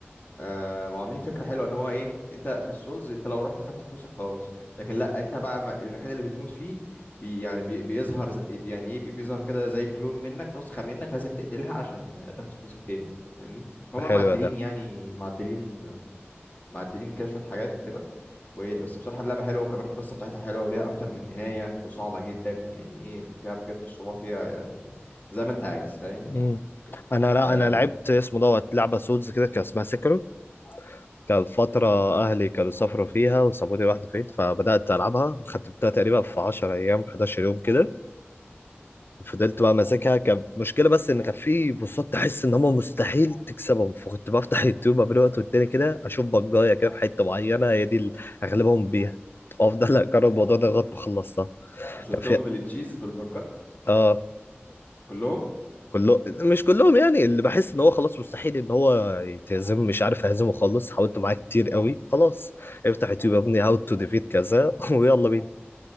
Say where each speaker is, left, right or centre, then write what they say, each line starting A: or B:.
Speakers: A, on the left; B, on the left.
A: آه وعاملين فكره حلوه ان هو ايه انت في السولز انت لو رحت خدت فلوسك خلاص لكن لا انت بقى ما- المكان اللي بتموت فيه بي يعني بي بيظهر ز- يعني ايه بيظهر كده زي كلون منك نسخه منك لازم تقتلها عشان آه، تاخد فلوسك تاني فاهمني فهم
B: حلو
A: معدلين
B: ده
A: يعني معدلين آه، معدلين كده شويه حاجات وكده و- بس بصراحه اللعبه حلوه وكمان القصه بتاعتها حلوه وليها اكتر من نهايه وصعبه جدا يعني ايه فيها بجد الصعوبه فيها يعني زي ما انت عايز فاهمني
B: مم. انا لا
A: آه
B: انا لعبت اسمه دوت لعبه سولز كده كان اسمها سكرو كان فتره اهلي كانوا سافروا فيها وسابوني لوحدي فين فبدات العبها وختمتها تقريبا في 10 ايام 11 يوم كده فضلت بقى ماسكها كان مشكلة بس ان كان في بوصات تحس ان هم مستحيل تكسبهم فكنت بفتح يوتيوب قبل وقت والتاني كده اشوف بجاية كده في حتة معينة هي دي اللي اغلبهم بيها وافضل <laughs> اجرب الموضوع ده لغاية ما خلصتها
A: قتلتهم
B: كان في
A: بالتشيز بالبجات
B: اه
A: كلهم
B: كله مش كلهم يعني اللي بحس ان هو خلاص مستحيل ان هو يتهزم مش عارف اهزمه خالص حاولت معاه كتير قوي خلاص افتح يوتيوب يا ابني هاو تو ديفيت كذا <laughs> ويلا بينا